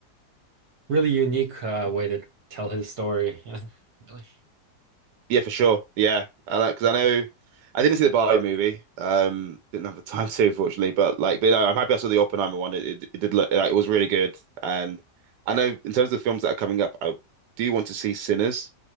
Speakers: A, on the right; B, on the right.
A: really unique uh, way to tell his story. <laughs> Really.
B: Yeah, for sure. Yeah, I because I know I didn't see the Barbie movie. Um, didn't have the time <laughs> to, unfortunately. But like, but no, I'm happy I saw the Oppenheimer one. It, it, it did look like it was really good. And I know in terms of the films that are coming up, I do want to see Sinners,